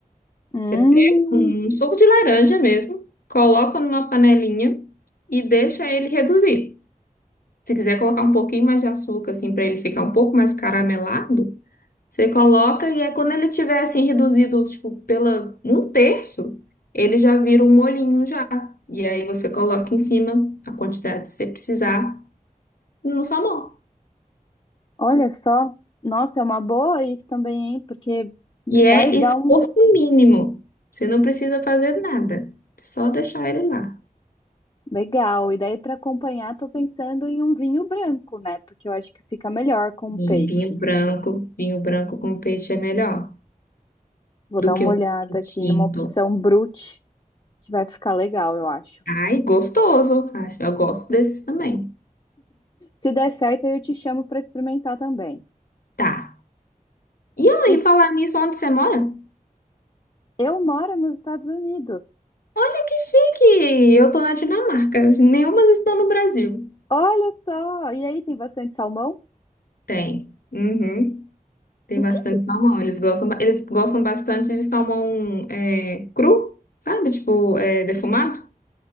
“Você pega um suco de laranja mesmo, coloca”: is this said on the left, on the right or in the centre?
Left